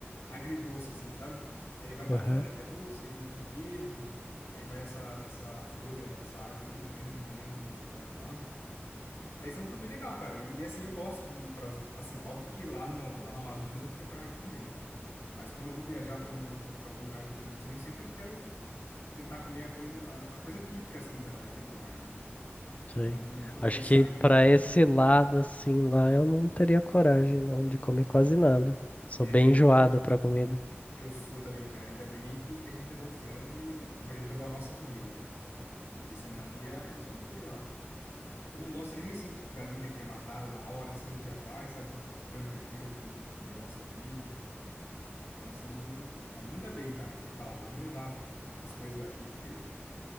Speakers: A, on the left; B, on the left.
A: agridoce, assim, sabe? Que aí vai banana,
B: Aham.
A: que é doce, aí tem queijo. Aí vai essa, essa folha dessa árvore aí, que eu nem não, lem- não me recordo o nome. Mas então foi bem legal, cara. E, e, assim, eu gosto de ir pra, zo- assim, óbvio que lá no, lá no Amazonas eu não tinha coragem de comer, né? Mas quando eu vou viajar para algum, para algum lugar diferentinho, eu sempre quero tentar comer a coisa, a, a coisa típica, assim, da, daquele lugar, né?
B: Sim.
A: Então, tomei
B: Acho
A: açaí
B: que pra
A: também.
B: esse lado, assim, lá eu não teria coragem, não, de comer quase nada. Sou
A: É,
B: bem
A: então.
B: enjoado pra comida.
A: Eu sou também, cara. Ainda bem que, que a gente levou frango e, tipo, a gente levou a nossa comida, né? Porque senão ia, ia sofrer ó Eu não gosto nem assim, tipo, galinha que é matada na hora, assim, já faz, sabe? Tipo, frango caipira eu já não, não gosto também. Então, assim, ainda bem, cara, que falaram, vamos levar as coisas daqui, porque.